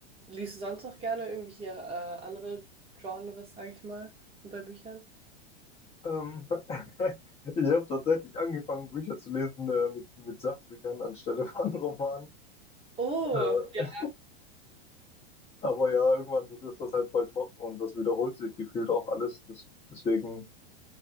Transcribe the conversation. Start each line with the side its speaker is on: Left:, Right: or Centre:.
Right: liest du sonst noch gerne irgendwelche äh, andere Genres, sag ich mal, bei Büchern?
Left: Ähm, <laughs> ich habe tatsächlich angefangen, Bücher zu lesen äh, mit, mit Sachbüchern anstelle von <laughs> Romanen.
Right: Oh,
Left: Äh,
Right: ja.
Left: aber ja, irgendwann ist das halt voll trocken und das wiederholt sich gefühlt auch alles. Das, deswegen,